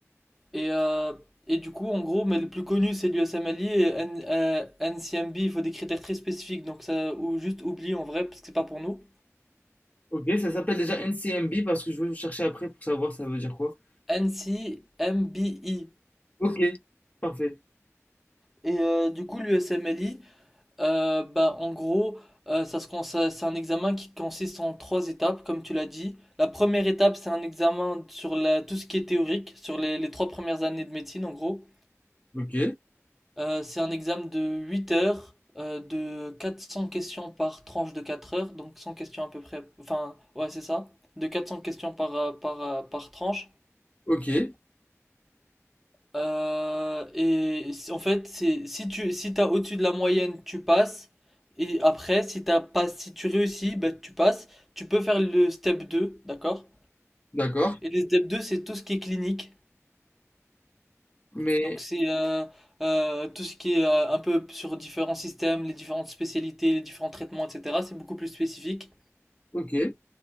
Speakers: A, in the centre; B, on the left (about 30°).
A: Et, euh, et du coup, en gros, mais le plus connu, c'est l'USMLE et N- euh, NCMB, il faut des critères très spécifiques, donc ça, ou juste oublie en vrai, parce que c'est pas pour nous.
B: ok. Ça s'appelle déjà NCMB parce que je veux chercher après pour savoir ça veut dire quoi.
A: NCMBI.
B: Ok, parfait.
A: Et euh, du coup, l'USMLE, euh, bah, en gros, euh, ça se, cons- ça- c'est un examen qui consiste en trois étapes, comme tu l'as dit. La première étape, c'est un examen sur la, tout ce qui est théorique, sur les, les trois premières années de médecine, en gros.
B: Ok.
A: Euh, c'est un examen de 8 heures, euh, de 400 questions par tranche de 4 heures, donc 100 questions à peu près, enfin, ouais, c'est ça, de 400 questions par, euh, par, euh, par tranche.
B: Ok,
A: Euh, et si- en fait, c'est si tu si t'as au-dessus de la moyenne, tu passes. Et après, si t'as pas, si tu réussis, bah, tu passes. Tu peux faire le step deux d'accord?
B: d'accord.
A: Et le step 2 c'est tout ce qui est clinique.
B: Mais
A: Donc c'est euh, euh, tout ce qui est euh, un peu sur différents systèmes, les différentes spécialités, les différents traitements, etc. C'est beaucoup plus spécifique.
B: ok,